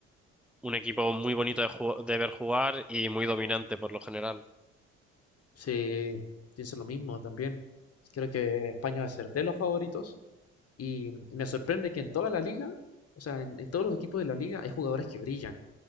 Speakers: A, in the centre; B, on the left.
A: un equipo muy bonito de, ju- de ver jugar y muy dominante por lo general.
B: Sí, pienso lo mismo también. Creo que España va a ser de los favoritos. Y, y me sorprende que en toda la liga, o sea, en, en todos los equipos de la liga hay jugadores que brillan.